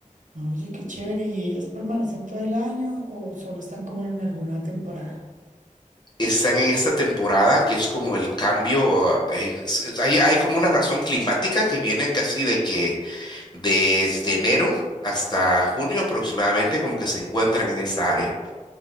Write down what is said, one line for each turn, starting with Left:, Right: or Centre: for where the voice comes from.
Right: No, Oye, qué chévere. ¿Y ellas permanecen todo el año o solo están como en alguna temporada?
Left: están en esta temporada que es como el cambio, eh, es- es- hay, hay como una razón climática que vienen casi de que desde enero hasta junio aproximadamente como que se encuentran en esta área.